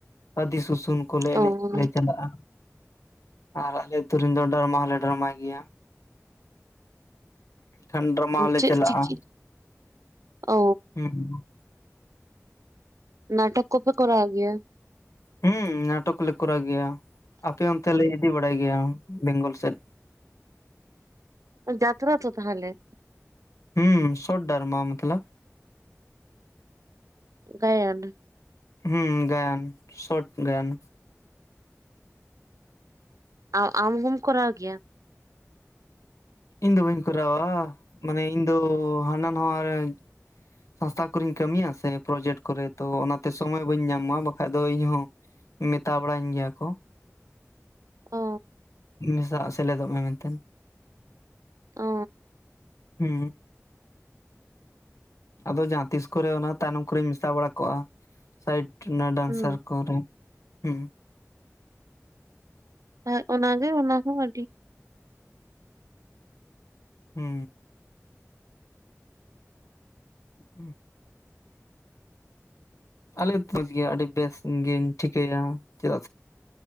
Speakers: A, on the left; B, on the right.
A: ᱟᱫᱤ ᱥᱩᱥᱩᱱ ᱠᱚᱞᱮ ᱮᱱᱮᱡ
B: ᱚ
A: ᱞᱮ ᱪᱟᱞᱟᱜ-ᱟ᱾ ᱟᱨ ᱟᱞᱮ ᱟᱹᱛᱩ ᱨᱮᱱ ᱫᱚ ᱰᱟᱨᱢᱟ ᱦᱚᱸᱞᱮ ᱰᱟᱨᱢᱟᱭ ᱜᱮᱭᱟ᱾ ᱮᱱᱷᱟᱱ ᱰᱟᱨᱢᱟ ᱦᱚᱸᱞᱮ
B: ᱪᱮᱫ
A: ᱪᱟᱞᱟᱜ-ᱟ᱾
B: ᱪᱤᱠᱤ ᱚ
A: ᱦᱩᱸ᱾
B: ᱱᱟᱴᱚᱠ ᱠᱚᱯᱮ ᱠᱚᱨᱟᱣ ᱜᱮᱭᱟ?
A: ᱦᱩ ᱱᱟᱴᱚᱠ ᱠᱚᱞᱮ ᱠᱚᱨᱟᱣ ᱜᱮᱭᱟ ᱟᱯᱮ ᱚᱱᱛᱮ ᱞᱮ ᱤᱫᱤ ᱵᱟᱲᱟᱭ ᱜᱮᱭᱟ ᱵᱮᱝᱜᱚᱞ ᱥᱮᱫ᱾
B: ᱡᱟᱛᱨᱟ ᱛᱚ ᱛᱟᱦᱚᱞᱮ?
A: ᱦᱩᱸ ᱥᱚᱴ ᱰᱟᱨᱢᱟ ᱢᱚᱛᱞᱚᱵ᱾
B: ᱜᱟᱭᱟᱱ᱾
A: ᱦᱩᱸ ᱜᱟᱭᱟᱱ ᱥᱚᱴ ᱜᱟᱭᱟᱱ᱾
B: ᱟᱢ ᱟᱢ ᱦᱚᱢ ᱠᱚᱨᱟᱣ ᱜᱮᱭᱟ?
A: ᱤᱧ ᱫᱚ ᱵᱟᱹᱧ ᱠᱚᱨᱟᱣᱟ ᱢᱟᱱᱮ ᱤᱧ ᱫᱚ ᱦᱟᱱᱟ ᱱᱟᱣᱟ ᱨᱮ ᱥᱚᱝᱥᱛᱷᱟ ᱠᱚᱨᱮᱧ ᱠᱟᱹᱢᱤᱭᱟ ᱥᱮ ᱯᱨᱚᱡᱮᱠᱴ ᱠᱚᱨᱮ ᱛᱚ ᱚᱱᱟᱛᱮ ᱥᱚᱢᱚᱭ ᱵᱟᱹᱧ ᱧᱟᱢᱟ ᱵᱟᱠᱷᱟᱡ ᱫᱚ ᱤᱧᱦᱚᱸ ᱢᱮᱛᱟ ᱵᱟᱲᱟᱹᱧ ᱜᱮᱭᱟ ᱠᱚ᱾
B: ᱚ
A: ᱢᱮᱥᱟᱜ ᱥᱮᱞᱮᱫᱚᱜ ᱢᱮᱱᱛᱮᱱ᱾
B: ᱚᱻ
A: ᱦᱩ᱾ ᱟᱫᱚ ᱡᱟᱦᱟᱸ ᱛᱤᱥ ᱠᱚᱨᱮ ᱚᱱᱟ ᱛᱟᱭᱱᱚᱢ ᱠᱚᱨᱮᱧ ᱢᱮᱥᱟ ᱵᱟᱲᱟ ᱠᱚᱜ-ᱟ᱾ ᱥᱟᱭᱤᱰ ᱨᱮᱱᱟᱜ ᱰᱟᱱᱥᱟᱨ
B: ᱦᱩᱸ
A: ᱠᱚᱨᱮ ᱦᱩᱸ᱾
B: ᱦᱮᱸ ᱚᱱᱟᱜᱮ ᱚᱱᱟ ᱦᱚ ᱟᱹᱰᱤ᱾
A: ᱦᱩ᱾ <unintelligible> ᱟᱞᱮ ᱢᱚᱡᱽ ᱜᱮ ᱟᱹᱰᱤ ᱵᱮᱥᱜᱤᱧ ᱴᱷᱤᱠᱟᱹᱭᱟ ᱪᱮᱫᱟᱜ ᱥᱮ